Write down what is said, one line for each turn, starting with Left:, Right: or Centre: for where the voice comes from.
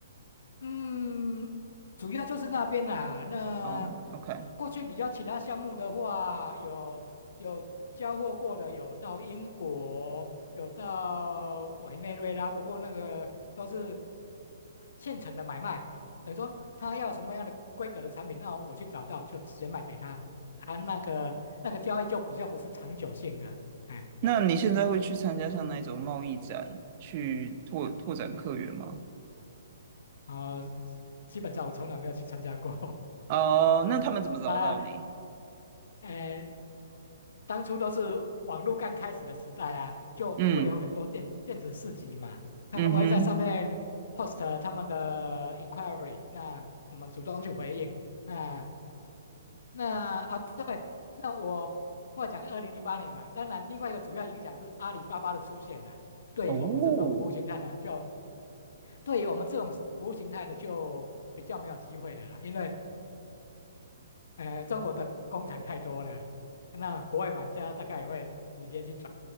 Left: 嗯，主要就是那边啦。那
Right: 哦，OK，
Left: 过去比较其他项目的话，有有交货过的，有到英国，有到委内瑞拉，不过那个都是现成的买卖，等于说他要什么样的规格的产品，那我去找到就直接卖给他。啊，那个那个交易就比较不是长久性的，哎，
Right: 那你现在会去参加像那种贸易展，去拓拓展客源吗？
Left: 哦、基本上我从来没有去参加过
Right: 哦，那他们怎么找到你？
Left: <laughs> 啊，哎。当初都是网络刚开始的时代啊，就会有很多电电子市集嘛，
Right: 嗯
Left: 他们会在上面
Right: 嗯哼，
Left: post 他们的 inquiry，那我们主动去回应。啊，那啊对，那我话讲二零零八年嘛，当然另外一个主要影响是阿里巴巴的出现啦，对于我们这种服务形态的就。
Right: 哦，
Left: 对于我们这种服务形态的，就比较没有机会的啦，因为呃，中国的工厂太多了，那国外玩家大概也会直接去找